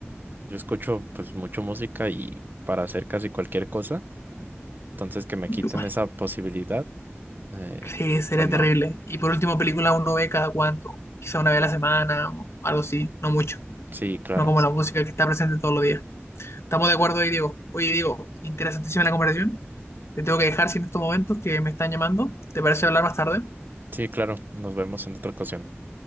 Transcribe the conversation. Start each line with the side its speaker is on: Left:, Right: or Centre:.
Right: yo escucho pues mucho música y para hacer casi cualquier cosa. Entonces, que me
Left: Yo
Right: quiten
Left: igual.
Right: esa posibilidad, eh,
Left: Sí, sería
Right: pues no.
Left: terrible. Y por último, película uno ve cada cuánto, quizá una vez a la semana o algo así, no mucho.
Right: Sí, claro.
Left: No como la música que está presente todos los días. Estamos de acuerdo ahí, Diego. Oye, Diego, interesantísima la conversación. Te tengo que dejar sin estos momentos que me están llamando. ¿Te parece hablar más tarde?
Right: Sí, claro. Nos vemos en otra ocasión.